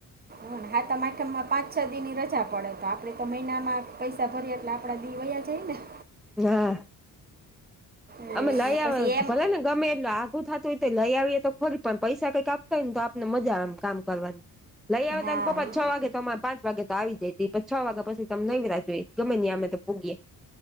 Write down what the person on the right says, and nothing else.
હ હા તો માઠમમાં પાંચ છ દિની રજા પડે તો આપડે તો મહિનામાં પૈસા ભરીએ એટલે આપ આપડા દી વૈયા જઈએને
ને
એટલે પછી એમ
હા
ઈ.